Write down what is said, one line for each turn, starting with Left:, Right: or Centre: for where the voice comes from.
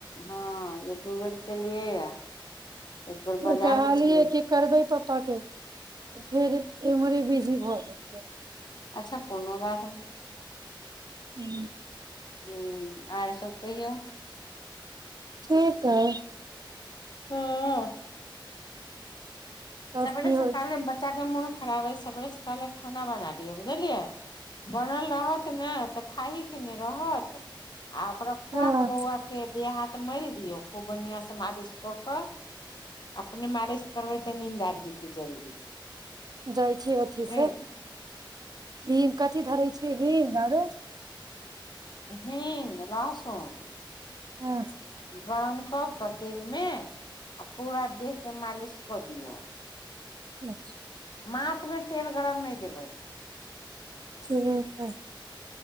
Left: हँ जे दू बेर केलियै या एक बेर
Right: ओ
Left: बाजार
Right: कहलीये
Left: मे छलै
Right: की करबै पप्पा के फेर इ मरे बिजी भ गेलय
Left: अच्छा कोनो बात नै
Right: हू
Left: हूँ आर सब कहियौ
Right: ठीक अय
Left: हँ
Right: तब
Left: सवेरे
Right: की
Left: सकाले
Right: होइ छै
Left: बच्चाके मोन खराब हइ सवेरे सकाले खाना बना लियौ बुझलियै बनल रहत ने त खाहि के नै रहत आ ओकरा खुआ
Right: ह
Left: क बौआ के देह हाथ मोल दियौ खूब बढ़िया सँ मालिश क क अपने मारेश करबै त निन्द आ जते जल्दी
Right: जाइ छी अथी
Left: ठीक
Right: से हिम कथी धरे छी हिम आरो
Left: हींग लहसून
Right: हँ
Left: गरम क क तेल में आ पूरा देहके मालिश क दियो
Right: अच्छा
Left: माथमे तेल गरम नहि देबै
Right: ठीक है